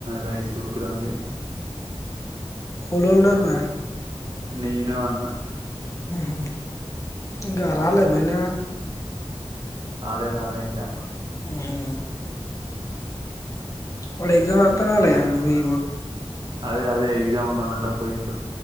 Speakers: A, on the right; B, on the left.
A: రైస్ ఉడుకుతాంది
B: ఓలులున్నారు
A: నేను అన్న
B: ఉహు ఇంకా రాలే బయనా
A: రాలె రాలె ఇంకా
B: అహ వాడు ఎగ్జామ్స్ రాత్తన్న లే మీ
A: అదే అదే ఎగ్జామ్ ఉన్నదంటా పోయిండు